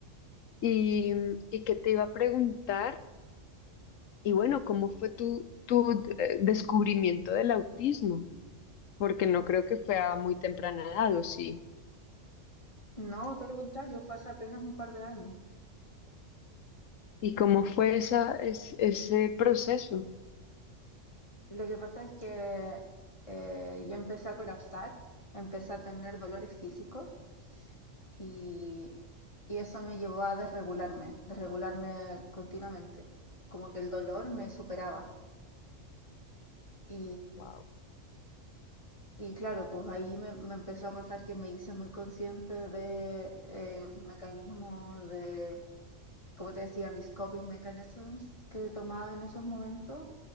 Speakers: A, on the left; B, on the left.
A: Y, y qué te iba a preguntar. Y bueno, ¿cómo fue tu, tu eh, descubrimiento del autismo? Porque no creo que fue a muy temprana edad, ¿o sí?
B: No, todo lo contrario, fue hace apenas un par de años.
A: ¿Y cómo fue esa, es- ese proceso?
B: Lo que pasa es que eh, yo empecé a colapsar, empecé a tener dolores físicos y y eso me llevó a desregularme, desregularme continuamente, como que el dolor me superaba. Y,
A: Wow.
B: y claro, pues ahí me, me empezó a pasar que me hice muy consciente de eh, mis mecanismos, de, como te decía, mis coping mechanisms que tomaba en esos momentos.